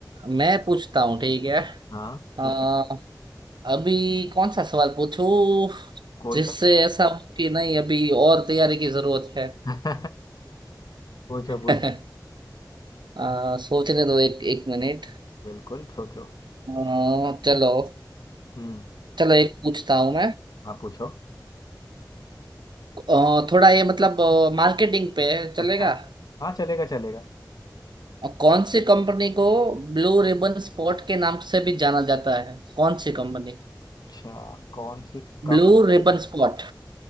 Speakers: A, on the right (about 80°); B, on the left (about 60°).
A: मैं पूछता हूँ ठीक है
B: हाँ
A: अ,
B: पूछ
A: अभी कौन सा सवाल पूछूं
B: कोई
A: जिससे
B: सा
A: ऐसा हो कि नहीं अभी और तैयारी की जरूरत है
B: <laughs> पूछो पूछो
A: <laughs> अ, सोचने दो एक एक मिनट
B: बिल्कुल सोचो
A: अ, चलो
B: हम्म
A: चलो एक पूछता हूँ
B: हाँ पूछो
A: अ, थोड़ा ये मतलब मार्केटिंग पे चलेगा
B: अच्छा हाँ चलेगा चलेगा
A: और कौन सी कंपनी को ब्लू रिबन स्पॉट के नाम से भी जाना जाता है कौन सी company
B: अच्छा कौन सी कम
A: Blue ribbon spot